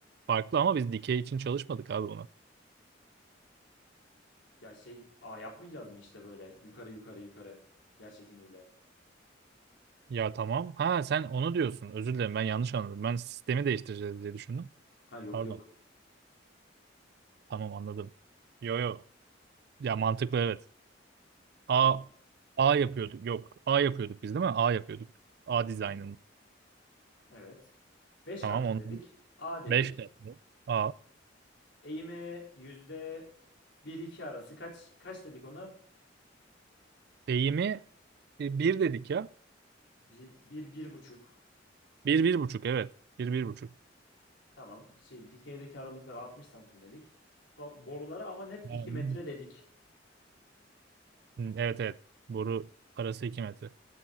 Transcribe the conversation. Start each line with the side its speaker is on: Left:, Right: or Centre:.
Right: farklı ama biz dikey için çalışmadık abi
Left: Ya şey a yapmayacağız mı işte böyle yukarı yukarı yukarı yer çekimiyle?
Right: Ya tamam. Ha sen onu diyorsun. Özür dilerim ben yanlış anladım. Ben sistemi değiştireceğiz diye düşündüm.
Left: Ha yok
Right: Pardon.
Left: yok.
Right: Tamam anladım. Yo yo. Ya mantıklı evet.
Left: Tamam.
Right: A A yapıyorduk. Yok. A yapıyorduk biz değil mi? A yapıyorduk. A
Left: Hı hı.
Right: dizaynını.
Left: Evet. beş
Right: Tamam
Left: katlı
Right: ondan
Left: dedik. A dedik.
Right: 5 de yaptık. A.
Left: Eğimi yüzde bir iki arası kaç kaç dedik ona?
Right: Eğimi e, bir dedik ya.
Left: bir bir bir buçuk
Right: bir bir buçuk evet. bir 1,5.
Left: Tamam. Şey dikeydeki aralıklar 60 santim dedik. To borulara ama net
Right: Ya
Left: 2
Right: onu-
Left: metre dedik.
Right: Hı, Evet evet. Boru arası 2 metre.